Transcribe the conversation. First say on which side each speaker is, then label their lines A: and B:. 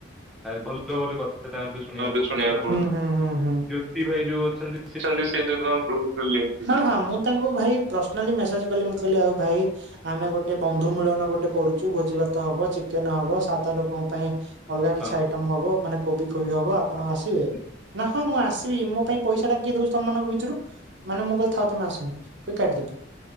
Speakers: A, in the centre; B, on the right.
A: ଭଲ ଭଲ କଥା ତାଙ୍କୁ ଟିକେ ଶୁଣିବାକୁ
B: ହୁଁ
A: ପଡୁଥିଲା ଆମର
B: ହୁଁ ହୁଁ ହୁଁ
A: ଜ୍ୟୋତି ଭାଇ ଯୋଉ ଅଛନ୍ତି?
B: ଅଛନ୍ତି ସେ ତ କଣ ଗ୍ରୁପ୍ ରୁ ଲେ ହଁ ହଁ ମୁଁ ତାଙ୍କୁ ଭାଇ ପର୍ସନାଲି ମେସେଜ କଲି ମୁଁ କହିଲି ଆଉ ଭାଇ ଆମେ ଗୋଟେ ବନ୍ଧୁମିଳନ ଗୋଟେ କରୁଚୁ ଭୋଜି ଭାତ ତ ହବ ଚିକେନ୍ ହବ ସାଧା ଲୋକଙ୍କ ପାଇଁ ଅଲଗା କିଛି
A: ହଁ
B: ଆଇଟମ୍ ହବ ମାନେ କୋବି ଫୋବି ହବ ଆପଣ ଆସି ରିବେ
A: ହଁ
B: ନା ହଁ ମୁଁ ଆସିବି ମୋ ପାଇଁ ପଇସାଟା କିଏ ଦଉଛି ତମମାନଙ୍କ ଭିତରୁ ମାନେ ମୁଁ କହିଲି ଥାଉ ତମେ ଆସନି କହି କାଟିିଦେଲିି।